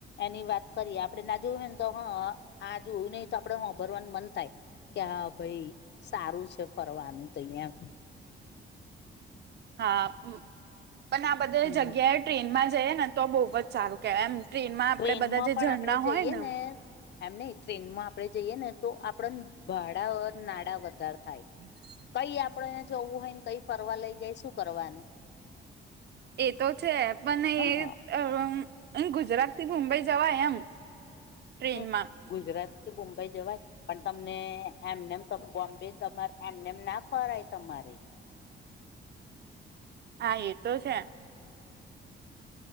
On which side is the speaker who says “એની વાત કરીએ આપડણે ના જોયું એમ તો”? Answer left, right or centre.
Left